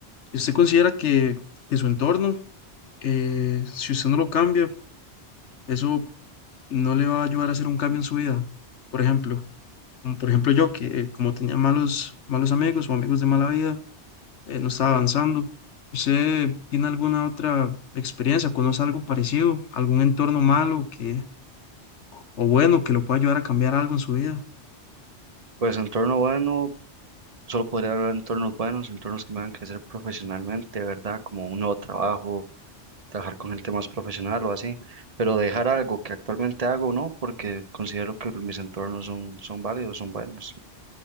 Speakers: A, on the left (about 75°); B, on the right (about 35°).
A: ¿Y usted considera que, que su entorno, eh, si usted no lo cambia, eso no le va a ayudar a hacer un cambio en su vida? Por ejemplo, como por ejemplo yo, que eh, como tenía malos, malos amigos o amigos de mala vida, eh, no estaba avanzando. ¿Usted tiene alguna otra experiencia? ¿Conoce algo parecido? ¿Algún entorno malo que, o bueno que lo pueda ayudar a cambiar algo en su vida?
B: Pues entorno bueno, Solo podría hablar de entornos buenos, entornos que me hagan crecer profesionalmente, ¿verdad? Como un nuevo trabajo, trabajar con gente más profesional o así, pero dejar algo que actualmente hago, ¿no? Porque considero que mis entornos son, son válidos, son buenos.